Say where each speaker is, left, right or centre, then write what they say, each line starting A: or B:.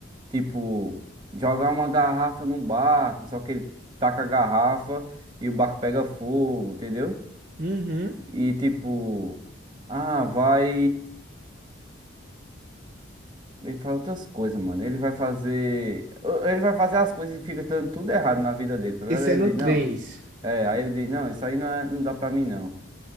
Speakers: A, on the right; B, on the right.
A: Tipo, jogar uma garrafa num barco, só que ele taca a garrafa e o barco pega fogo, entendeu?
B: Uhum.
A: E tipo, ah, vai. Ele faz outras coisas, mano. Ele vai fazer. Ele vai fazer as coisas e fica dando tudo errado na vida dele, tá ligado?
B: Esse
A: Aí
B: é no
A: Ele
B: 3.
A: diz, não. É, aí ele diz, não, isso aí não, é- não dá pra mim, não.